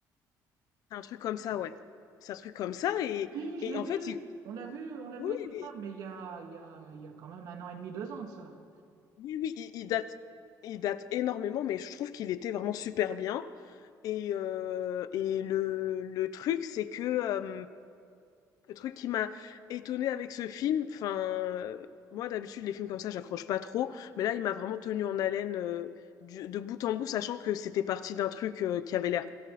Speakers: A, on the left; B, on the right.
A: C'est un truc comme ça, ouais. C'est un truc comme ça et
B: Oui,
A: et
B: je l'ai
A: en
B: vu.
A: fait, il
B: On l'a vu, on l'a
A: oui,
B: vu avec ma
A: oui, mais
B: femme, mais il y a, il y a, il y a quand même un an et demi, deux ans de ça.
A: oui, oui, il il date il date énormément mais je trouve qu'il était vraiment super bien Et heu et le le truc, c'est que, hem, le truc qui m'a étonnée avec ce film, enfin, heu, moi d'habitude les films comme ça j'accroche pas trop, mais là il m'a vraiment tenu en haleine, heu, du de bout en bout, sachant que c'était parti d'un truc, heu, qui avait l'air